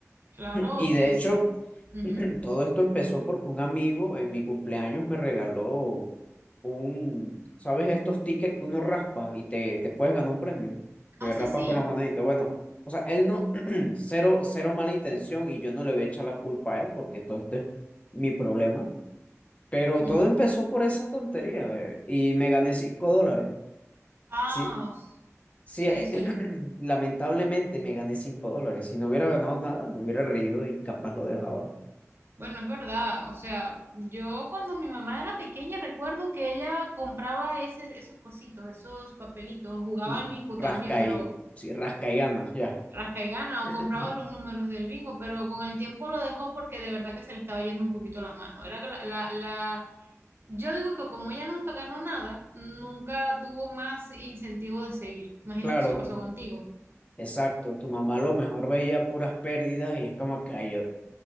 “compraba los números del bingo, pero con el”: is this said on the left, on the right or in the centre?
Right